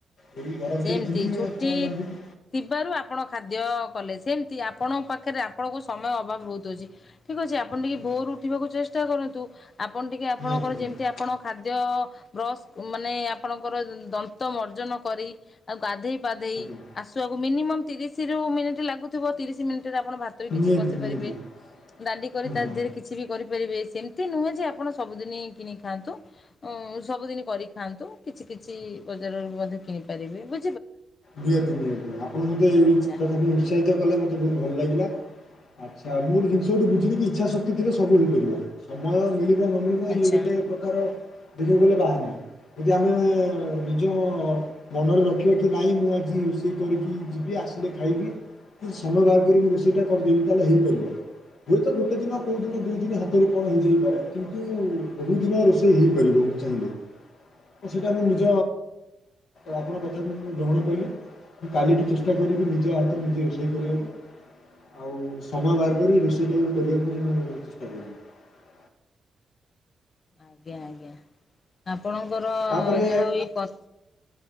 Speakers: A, on the left; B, on the left.
A: ଏଇ ଘର ଭିତରେ
B: ସେମିତି
A: ଥିଲି ମୁଁ
B: ଛୁଟି
A: ଆଉ କଣ ଭାବିଲି
B: ଥିବାରୁ ଆପଣ ଖାଦ୍ୟ ଅ କଲେ ସେମିତି ଆପଣଙ୍କ ପାଖରେ ଆପଣଙ୍କୁ ସମୟ ଅଭାବ ବହୁତ ଅଛି। ଠିକ ଅଛି ଆପଣ ଟିକେ
A: ଆଜ୍ଞା
B: ଭୋରୁ ଉଠିବାକୁ ଚେଷ୍ଟା କରନ୍ତୁ। ଆପଣ ଟିକେ ଆପଣଙ୍କର
A: ନିହାତି ନିହାତି
B: ଯେମିତି ଆପଣ ଖାଦ୍ୟ ବ୍ରସ୍ ମାନେ ଆପଣଙ୍କର ଦ-ଦନ୍ତ ମର୍ଜନ କରି ଆଉ ଗାଧେଇ। ପାଧେଇ
A: ଆଜ୍ଞା
B: ଆସିବାକୁ ମିନିମମ୍ ତିରିଶ ରୁ ମିନିଟ ଲାଗୁଥିବ ତିରିଶ ମିନ ଆପଣ ଭାତ ବି କିଛି
A: ନିହାତି
B: ବସିି
A: ନିହାତି
B: ପାରିବେ ଡାଲି କରି
A: ହୁଁ
B: ତାଦିହରେ
A: ହୁଁ
B: କିଛି ବି କରିପାରିବେ। ଏମିତି ନୁହେଁ ଯେ ଆପଣ ସବୁଦିନ କିଣିକି ଖାଆନ୍ତୁ ଉଁ ସବୁଦିନ କରିକି ଖାଆନ୍ତୁ କିଛି କିଛି ବଜାରରୁ ମଧ୍ୟ କିଣି ପାରିବେ ବୁ
A: ନିହାତି ନିହାତି ଆପଣ ମୋତେ ଏଇ
B: ଆଚ୍ଛା
A: କଥାକୁ ଉତ୍ସାହିତ କଲେ ମତେ ବହୁତ ଭଲ ଲାଗିଲା। ଆଚ୍ଛା ମୁଁ ଗୋଟେ ଜିନିଷ ଗୋଟେ ବୁଝି ଇଚ୍ଛା ଶକ୍ତି ଥିଲେ ସବୁ ହେଇପାରିବ ସମୟ ମିଳି ନଗେଇ ଖାଇଲୁ
B: ଆଚ୍ଛା
A: ଗୋଟେ ପ୍ରକାର। ଦେଖିବାକୁ ଗଲେ ବାହାନା ଯଦି ଆମେ ନିଜ ମନରେ ରଖିବା କି। ନାଇ ମୁଁ ଆଜି ରୋଷେଇ କରିକି ଯିବି ଆସିଲେ ଖାଇବି। ଯଦି ସମୟ ବାହାର କରିିକି ରୋଷେଇଟା କରିଦେବି ତାହେଲେ ହେଇପାରିବ। ହୁଏତ ଗୋଟେ ଦିନ କୋଉ ଦିନ ଦି ଦିନ ହାତରୁ କଣ ହେଇଯାଇପାରେ କିନ୍ତୁ ବହୁତ ଦିନ ରୋଷେଇ ହେଇପାରିବ। ଚାହିଁଲେ ସେଇଟା ମୁଁ ନିଜ ଆପଣ କଥା ମୁଁ। ମୁଁ ଗ୍ରହଣ କାଲିି ମୁଁ କାଲିଠୁ ଚେଷ୍ଟା କରିବି ନିଜ ହାତରେ ନିଜେ ରୋଷେଇ କରିବାକୁ। ଆଉ ସମୟ ବାହର କରି ରୋଷେଇଟାକୁ କରିବାକୁ ମୁଁ ଚେଷ୍ଟା କରିବି।
B: ଆଜ୍ଞା ଆଜ୍ଞା ଆପଣଙ୍କର
A: ତାପରେ
B: ଯାହା ହଉ ଏଇ କ